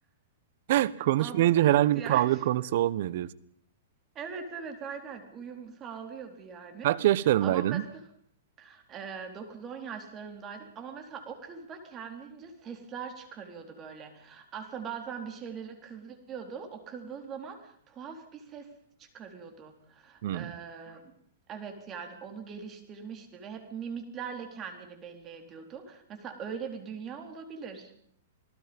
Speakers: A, on the right; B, on the right.
A: <laughs> Konuşmayınca
B: Absürt
A: herhangi
B: yani.
A: bir kavga konusu
B: <laughs>
A: olmuyor
B: Evet evet aynen uyum sağlıyordu yani.
A: Kaç yaşlarındaydın?
B: Ama mesela Ee, 9-10 yaşlarındaydım ama mesela o kız da kendince sesler çıkarıyordu böyle. Aslında bazen bir şeylere kızıyordu. O kızdığı zaman tuhaf bir ses çıkarıyordu.
A: Hmm.
B: Ee, evet yani onu geliştirmişti ve hep mimiklerle kendini belli ediyordu. Mesela öyle bir dünya olabilir.